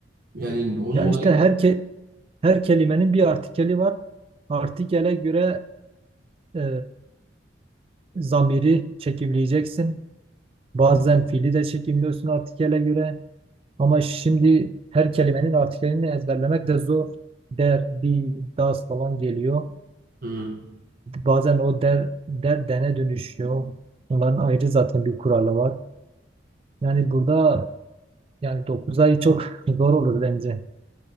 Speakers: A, on the right; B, on the right.
A: Yani onun
B: yani
A: olayı
B: işte her
A: ne?
B: ke- her kelimenin bir artikeli var. Artikele göre e, zamiri çekimleyeceksin. Bazen fiili de çekimliyorsun artikele göre. Ama şimdi her kelimenin artikelini ezberlemek de zor. Der, di, das falan geliyor.
A: Hı.
B: Bazen o der, der dene dönüşüyor. Onların ayrı zaten bir kuralı var. Yani burada yani 9 ay çok <laughs> zor olur bence.